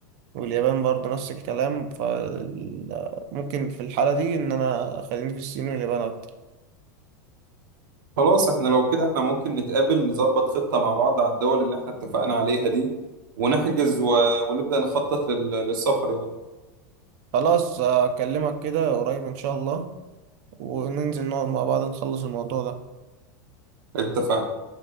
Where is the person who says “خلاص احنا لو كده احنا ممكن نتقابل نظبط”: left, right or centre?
Right